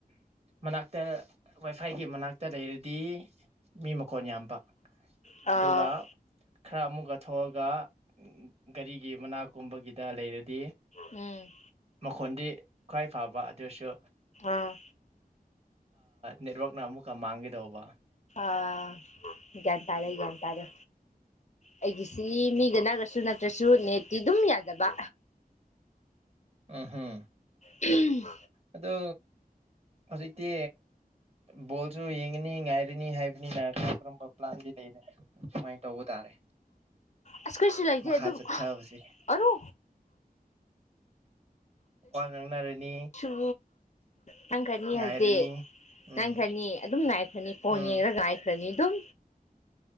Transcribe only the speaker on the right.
ꯃꯅꯥꯛꯇ ꯋꯥꯏꯐꯥꯏꯒꯤ ꯃꯅꯥꯛꯇ ꯂꯩꯔꯗꯤ ꯃꯤ ꯃꯈ ꯀꯣꯟ ꯌꯥꯝꯕ
ꯑꯗꯨꯒ ꯈꯔ ꯑꯃꯨꯛꯀ ꯊꯣꯛꯑꯒ ꯒꯥꯔꯤꯒꯤ ꯃꯅꯥꯛꯀꯨꯝꯕꯒꯤꯗ ꯂꯩꯔꯗꯤ
ꯃꯈꯣꯟꯗꯤ ꯈ꯭ꯋꯥꯏ ꯐꯕ ꯑꯗꯨꯁꯨ
ꯅꯦꯠꯋꯔꯥꯛꯅ ꯑꯃꯨꯛꯀ ꯃꯥꯡꯒꯦꯗꯧꯕ
ꯑꯍꯥ
ꯑ ꯍꯧꯖꯤꯛꯇꯤ ꯕꯣꯜꯁꯨ ꯌꯦꯡꯉꯅꯤ ꯉꯥꯏꯔꯤꯅꯤ ꯍꯥꯏꯕꯅꯤꯅ ꯀꯔꯝꯕ ꯄ꯭ꯂꯥꯟꯗꯤ ꯂꯩꯔꯦ ꯁꯨꯃꯥꯏꯅ ꯇꯧꯕ ꯇꯥꯔꯦ
ꯃꯈꯥ
ꯆꯠꯊꯕꯁꯦ
ꯋꯥ ꯉꯥꯡꯅꯔꯅꯤ
ꯉꯥꯏꯔꯅꯤ
ꯎꯝ
ꯎꯝ